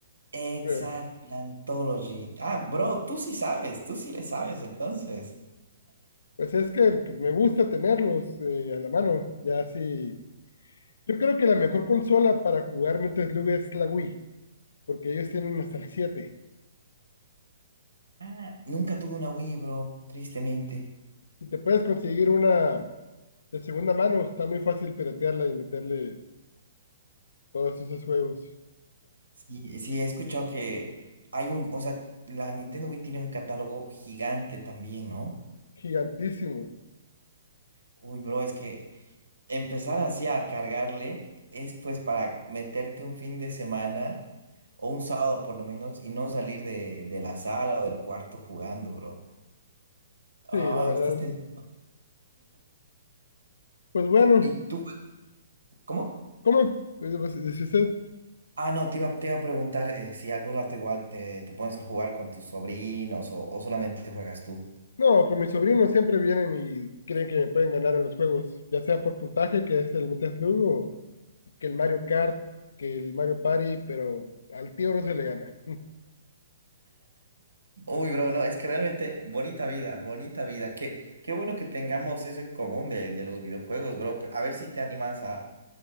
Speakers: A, on the right (about 80°); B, on the left (about 65°).
A: Exacto,
B: Eh,
A: la Anthology. Ah, bro, tú sí sabes, tú sí le sabes, entonces.
B: Pues es que pues, me gusta tenerlos eh, a la mano. Ya sí. Yo creo que la mejor consola para jugar Metal Slug es la Wii, porque ellos tienen hasta el 7.
A: Ah, nunca tuve una Wii, bro, tristemente.
B: Si te puedes conseguir una de segunda mano, está muy fácil piratearla y meterle todos esos juegos.
A: Sí, sí, he escuchado que hay un, o sea, la Nintendo Wii tiene un catálogo gigante también, ¿no?
B: Gigantísimo.
A: Uy, bro, es que Empezar así a cargarle es pues para meterte un fin de semana o un sábado por lo menos y no salir de, de la sala o del cuarto jugando, bro. Ah,
B: Sí, la verdad.
A: estás
B: es-
A: tentado.
B: Pues bueno,
A: ¿Y tú? ¿Cómo?
B: ¿cómo? Dice pues, dice usted.
A: Ah, no, te iba, te iba a preguntar eh, si algún rato igual te, te pones a jugar con tus sobrinos o, o solamente juegas tú.
B: No, con mis sobrinos siempre vienen y creen que me pueden ganar en los juegos, ya sea por puntaje, que es el Metal Slug, o que el Mario Kart, que el Mario Party, pero al tío no se le gana.
A: Uy, bro, no, es que realmente bonita vida, bonita vida. Qué, qué bueno que tengamos eso en común de, de los videojuegos, bro. A ver si te animas a